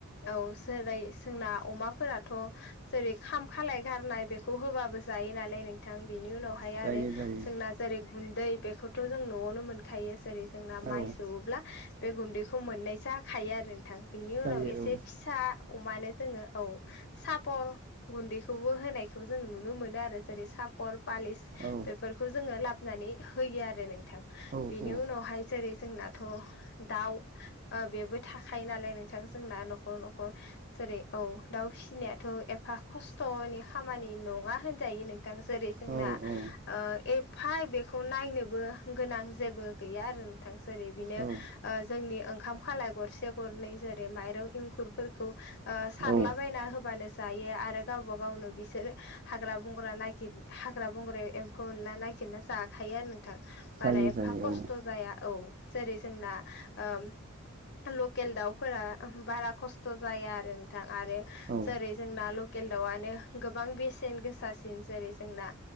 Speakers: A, on the left; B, on the right.
A: औ सोरै जोंना अमाफोराथ‌ जेरै खाम खालाय गारनाय बेखौ होबाबो जायो नालाय नोंथां बिनि उनाव फाय
B: जायो
A: आरो
B: जायो
A: जोंना जेरै गुन्दै बेखौथ' जों न'आवनो मोनखायो जेरै जोंना माइ
B: औ
A: सौब्ला बे गुन्दैखौ मोननाय जाखायो आरो नोंथां बेनि
B: जायो
A: उनाव एसे
B: औ
A: फि सा अमानो जोङो औ सापर गुन्दैखौबो होनायखौबो जों नु नुनो मोनो आरो जेरै सापर पालिस
B: औ
A: बेफोरखौ जोङो लाबोनानै होयो आरो नोंथां।
B: औ
A: बेनि
B: औ ओ
A: उनावहाय जेरै जोंनाथ' दाउ बेबो थाखायो नालाय नों थां जोंना न'खर न'खर जेरै औ दाउ फिसिनायाथ' एफा खस्थ'नि खामानि नङा होनजायो नोंथां जेरै जोंना
B: औ
A: ओ एफाय बेखौ नायनोबो गोनां जेबो गैया आरो नोंथांसो ओरै बिनो
B: औ
A: ओ जोंनि ओंखाम खालाय गरसे गरनै जेरै माइरं इंखुर फोरखौ ओ सारला
B: औ
A: बना होबानो जायो आरो गावबा गावनो बिसोरो हाग्रा बंग्रा नागिर हाग्रा बंग्रायाव सौ एनला नागिरना जाखायो आरो नोंथां। बारा
B: जायो
A: एफा
B: जायो
A: खस्थ'
B: औ।
A: जाया औ जेरै जोंना ओम लकेल दाउफोरा बारा खस्थ' जाया आरो नोंथां आरो
B: औ
A: जेरै जोंना लकेल दाउआनो गोबां बेसेन गोसासिन जेरै जोंना